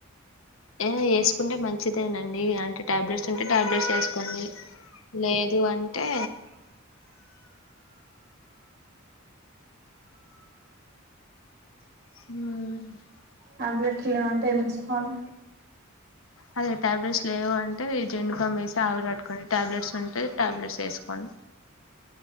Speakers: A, on the left; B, on the right.
A: ఏ ఏసుకుంటే మంచిదేనండి అంటే టాబ్లెట్స్ ఉంటే టాబ్లెట్స్ వేసుకోండి లేదు అంటే హ్మ్
B: టాబ్లెట్లు లేవంటే ఏం ఏసుకోవాలి
A: అదే టాబ్లెట్స్ లేవు అంటే జెండు బామ్ వేసి ఆవిరి పట్టుకొండి టాబ్లెట్స్ ఉంటే టాబ్లెట్స్ వేసుకోండి